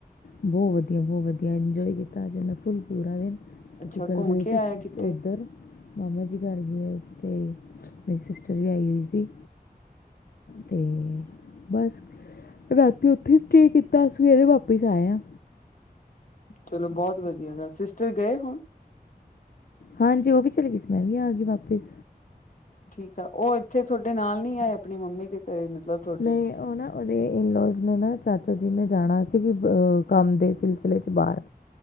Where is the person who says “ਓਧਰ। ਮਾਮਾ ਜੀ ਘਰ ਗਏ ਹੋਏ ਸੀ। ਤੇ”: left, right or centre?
Left